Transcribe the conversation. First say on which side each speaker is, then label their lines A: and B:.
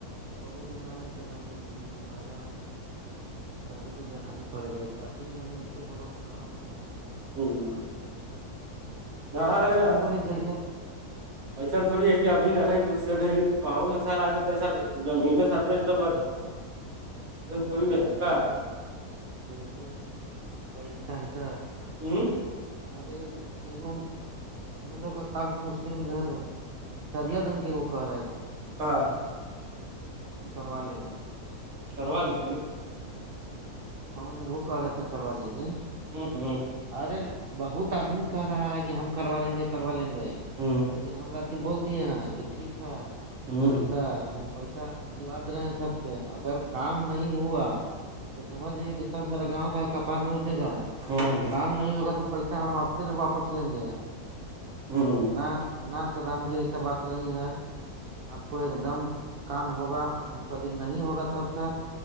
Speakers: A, on the right; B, on the right.
A: بولے کہ نہ ایسا دم ج نہیں ہو پائے گا ابھی تو دینا ہی پڑے گا اسٹارٹنگ میں ہی ایسے ہوگا تو کہاں سے کم ہوگا
B: ہ
A: کہاں سے کریں گے
B: نہ ارے
A: ہم کوے جیسے
B: ایسن تھوڑی ہے کہ اب ن نہ گئیس سے گ کہا سا زمین س بیچ دب
A: ہاں ہم
B: تھوڑی
A: بولے
B: ہے
A: کہ جیسے
B: کیا
A: جیسے ہم کا اچھا ہے سر
B: ہوں
A: ارے ایکم ہم لوگ کا کاسٹ مسلم ادھر ریا دن کے وہ کہہ رہے تھے
B: ہاں
A: تو ہم کروا لیں گے
B: پرواے
A: ہاں میں نے وہ کہ رہے تھے کروا دیجیے
B: ہوں ہوں
A: ارے بہت آدمی کہ رہا ہے کہ ہم کروا لیں گے کروا لیں گے
B: ہ ہ
A: لیکن ہم رتی بول دیے ہیں کہ ٹھیک ہے
B: ہوں <unintelligible>
A: سر ہم پیسہ دوا د رہے ہیں سب سے اگر کام نہیں ہوا <unintelligible> تو سمجھے کہ سب میرا گاؤں کا کپار نوچ دے گا
B: ہاں <unintelligible>
A: کام نہیں ہوگا تو پیسہ ہم آپ سے واپس لیں گے
B: ہوں
A: س نہ نہ سر رام جی ایسا بات نہیں ہے آپ کو ایک دم کام ہوگا ہم کلے نہیں ہوگا تب سر